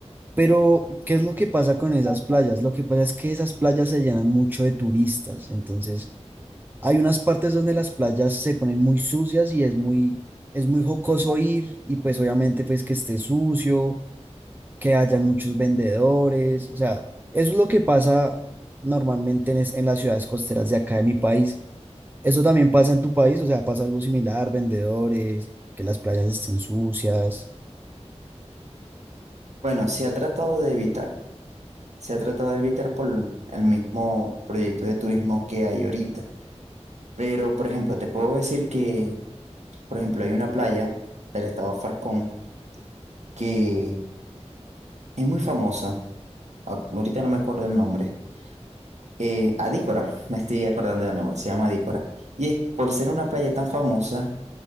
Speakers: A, on the right; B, on the right.
A: Pero, ¿qué es lo que pasa con esas playas? Lo que pasa es que esas playas se llenan mucho de turistas. Entonces, hay unas partes donde las playas se ponen muy sucias y es muy, es muy jocoso ir. Y pues obviamente, pues que esté sucio, que haya muchos vendedores. O sea, eso es lo que pasa normalmente en, es- en las ciudades costeras de acá de mi país. Eso también pasa en tu país, o sea, pasa algo similar, vendedores, que las playas estén sucias.
B: Bueno, se ha tratado de evitar. Se ha tratado de evitar por el mismo proyecto de turismo que hay ahorita. Pero, por ejemplo, te puedo decir que Por ejemplo, hay una playa del estado Falcón que es muy famosa. Ah, Ahorita no me acuerdo el nombre. Eh, Adícora, <laughs> me estoy acordando del nombre, se llama Adícora. Y es por ser una playa tan famosa